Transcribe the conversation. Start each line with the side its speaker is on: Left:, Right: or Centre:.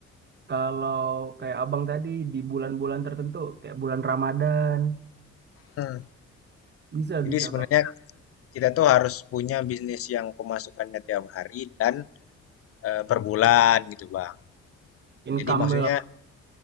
Right: kalau kayak abang tadi di bulan-bulan tertentu, kayak bulan Ramadan,
Left: Hmm.
Right: bisa-bisa
Left: Jadi sebenarnya
Right: bang.
Left: kita tuh harus punya bisnis yang pemasukannya tiap hari dan eh, per bulan gitu Bang.
Right: Income
Left: Jadi maksudnya